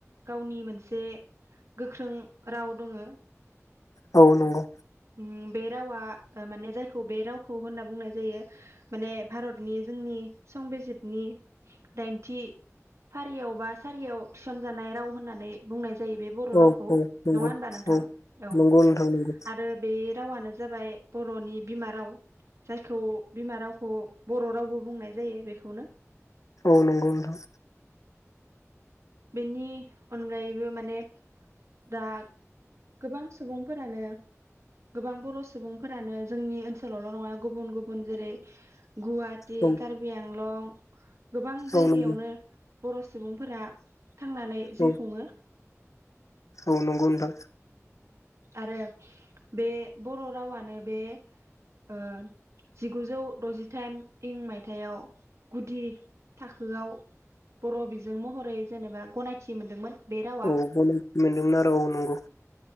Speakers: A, on the right (about 60°); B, on the left (about 75°).
A: गावनि मोनसे गोख्रों राव दोङो
B: औ नंगौ
A: उम बे रावा ओमाने जायखौ बे रावखौ होनना बुंनाय जायो माने भारतनि जोंनि संबिजितनि दाइनथि फारियाव बा सारियाव थिसनजानाय राव होननानै बुंनाय जायो बे बर'
B: औ
A: रावखौ
B: औ नंगौ
A: नङा होनबा नोंथां
B: औ
A: औ
B: नंगौ नोंथां नंगौ
A: आरो बे रावानो जाबाय बर'नि बिमा राव जायखौ बिमा रावखौ बर' रावबो बुंनाय जायो बेखौनो
B: औ नंगौ नोंथां
A: बिनि अनगायैबो माने दा गोबां सुबुंफोरानो गोबां बर' सुबुंफोरानो जोंनि ओनसोलावल' नङा गुबुन गुबुन जेरै गुवाहाटि
B: औ
A: कार्बि आंलं गोबां जायगायावनो
B: औ नंगौ
A: बर' सुबुंफोरा थांनानै जिउ
B: औ
A: खुङो
B: औ नंगौ नोंथां
A: आरो बे बर' रावानो बे ओ जिगुजौ द'जिथाम इं मायथाइयाव गुदि थाखोआव बर' बिजों महरै जेनेबा गनायथि मोनदोंमोन बे रावा
B: औ गनायथि मोनदोंमोन आरो नंगौ